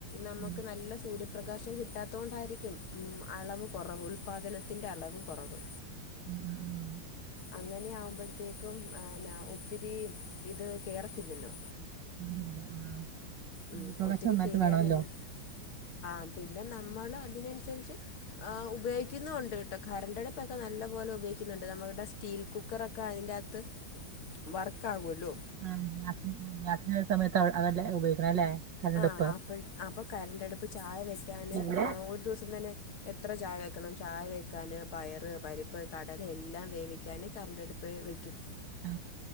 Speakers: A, on the left; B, on the right.
A: നമുക്ക്
B: ഉം,
A: നല്ല സൂര്യപ്രകാശം കിട്ടാത്ത കൊണ്ടായിരിക്കും ഉം അളവ് കുറവ് ഉൽപാദനത്തിന്റെ അളവ് കുറവ്
B: ഹും <inaudible>
A: അങ്ങനെ ആകുമ്പോഴത്തേക്കുംന്ന ഒത്തിരി ഇത് കേറത്തില്ലല്ലോ
B: അതില്ല ആ സൂര്യപ്രകാശം
A: ഉ ഒത്തിരി
B: നന്നായിട്ട്
A: കയറിയാലല്ലേ
B: വേണമല്ലോ
A: ആഹ പിന്നെ നമ്മള് അതിനനുസരിച്ച്. ഉപയിക്കുന്നുണ്ട് ട്ടോ കരണ്ട്ടുപ്പൊക്കെ നല്ല പോലെ ഉപയോഗിക്കുന്നുണ്ട് നമ്മുടെ സ്റ്റീൽ കുക്കറൊക്കെ അതിൻന്റെ അത് വർക്ക ആകുമല്ലോ
B: ആ <unintelligible> സമയത്ത് അതല്ലേ ഉപയോഗിക്കണം അല്ലേ കരണ്ടടുപ്പ്
A: ആ അപ്പ അപ്പൊ കരണ്ട്ടുപ്പ് ചായ വെക്കാന്
B: ഇവിടെ
A: ഒരു ദിവസം തന്നെ എത്ര ചായ വെക്കണം ചായ വെക്കാന് പയറ് പരിപ്പ് കടൽ എല്ലാം വേവിക്കും. ഞാൻ <unintelligible> കറണ്ടടുപ്പ് വെക്കും
B: ആ,